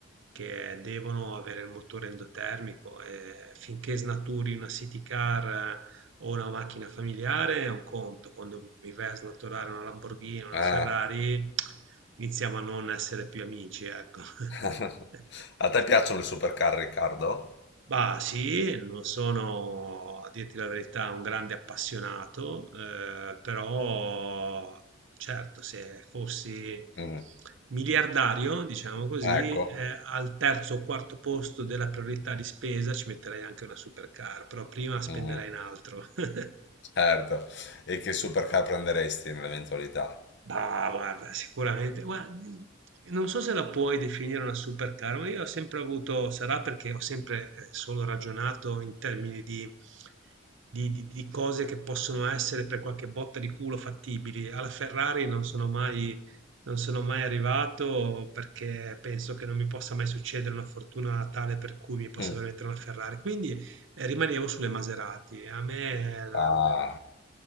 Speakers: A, on the right (about 65°); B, on the left (about 60°).
A: che devono avere il motore endotermico e finché snaturi una city car eh, o una macchina familiare è un conto, quando mi vai a snaturare una Lamborghini, una
B: Eh.
A: Ferrari iniziamo a non essere più amici, ecco.
B: <laughs>
A: <laughs>
B: A te piacciono le supercar, Riccardo?
A: Bah sì, non sono, a dirti la verità, un grande appassionato, eh, però certo, se fossi
B: Mm,
A: miliardario, diciamo così,
B: Ecco,
A: eh, al terzo o quarto posto della priorità di spesa ci metterei anche una supercar, però prima spenderei
B: Mm,
A: in altro. <laughs>
B: certo. E che supercar prenderesti nell'eventualità?
A: Bah, guarda, sicuramente, guardi, non so se la puoi definire una supercar, ma io ho sempre avuto, sarà perché ho sempre eh, solo ragionato in termini di, di- di- di cose che possono essere per qualche botta di culo fattibili. Alla Ferrari non sono mai, non sono mai arrivato perché penso che non mi possa mai succedere una fortuna tale per cui mi possa
B: Mm.
A: permettere una Ferrari. Quindi e rimanevo sulle Maserati. A me la
B: Ah,
A: ehm,